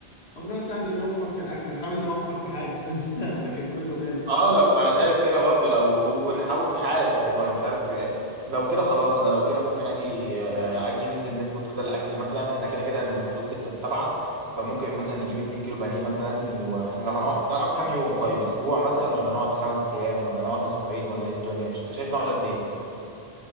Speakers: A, on the left; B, on the right.
A: امرها سهل نوفر في الاكل نحاول نوفر في حاجة <laughs> لكن كله غالي
B: اه لو انا شايف كده برضو لو ونحاول مش عارف والله مش عارف آه، لو كده خلاص انا لو كده ممكن اجي آه، اجي ننزل نظبط كده الاكل مثلا احنا كده كده هنبقى في حدود ستة سبعة فممكن مثلا نجيب 2 كيلو بانيه مثلا واحنا لو هنقعد نقعد كام يوم طيب اسبوع مثلا ولا نقعد خمس ايام ولا نقعد اسبوعين ولا ايه الدنيا انت شايف نقعد قد ايه